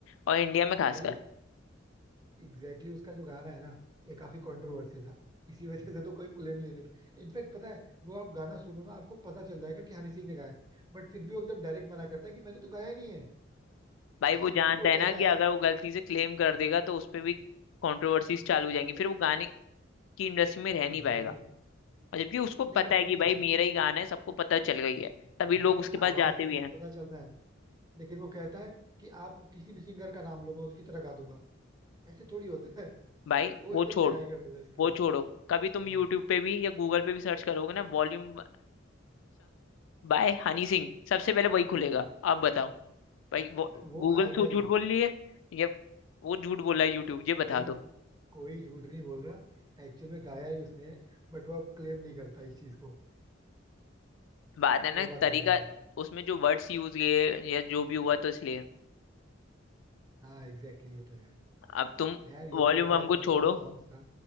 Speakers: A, on the left; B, on the right.
A: और इंडिया में खासकर
B: भाई एग्जैक्टली exactly उसका जो गाना है ना ये काफी कंट्रोवर्शियल था इसी वजह से तो कोई क्लेम नहीं देता इनफैक्ट पता है वो आप गाना सुनो ना आपको पता चल जाएगा कि हनी सिंह ने गाया बट फिर भी वो एकदम डायरेक्ट मना करता है कि मैंने तो गाया ही नहीं है
A: भाई वो
B: इनफैक्ट
A: जानता
B: वो
A: है
B: कहता
A: ना कि अगर
B: है
A: वो गलती से क्लेम कर देगा तो उस पर भी कॉन्ट्रोवर्सीज चालू हो जाएंगी
B: भाई
A: फिर वो गाने की इंडस्ट्री में रह नहीं
B: एग्जैक्टली
A: पाएगा
B: exactly.
A: और जबकि उसको पता
B: लेकिन फिर
A: है कि
B: भी
A: भाई
B: अभी
A: मेरा ही गाना है सबको पता चल गई है तभी लोग
B: भाई
A: उसके पास
B: आवाज
A: जाते
B: से
A: भी
B: एकदम
A: हैं
B: पता चलता है लेकिन वो कहता है कि आप किसी भी सिंगर का नाम लो मैं उसकी तरह गा दूंगा ऐसे थोड़ी होता है
A: भाई
B: वो
A: वो
B: एकदम
A: छोड़
B: डिनाई कर देता है इस क्लेम
A: वो छोड़ो
B: से
A: कभी तुम यूट्यूब
B: हाँ
A: पे भी या गूगल पे भी सर्च करोगे ना वॉल्यूम बाय हनी सिंह सबसे पहले वही खुलेगा आप बताओ भाई
B: भाई
A: वो
B: वो
A: गूगल
B: आएगा
A: सो झूठ
B: ही
A: बोल रही है या वो झूठ बोल रहा है यूट्यूब ये
B: कोई
A: बता दो
B: कोई झूठ नहीं बोल रहा एक्चुअल में गाया ही उसने है बट वो अब क्लेम नहीं करता इस चीज को
A: बात है
B: वो
A: ना
B: बात
A: तरीका
B: अलग है
A: उसमें जो वर्ड्स यूज किए या जो भी हुआ तो इसलिए
B: हाँ एग्जैक्टली exactly, ये तो है यार
A: अब तुम
B: खैर ये
A: वॉल्यूम
B: तो हो गया
A: हमको
B: मतलब
A: छोड़ो
B: सॉन्ग्स का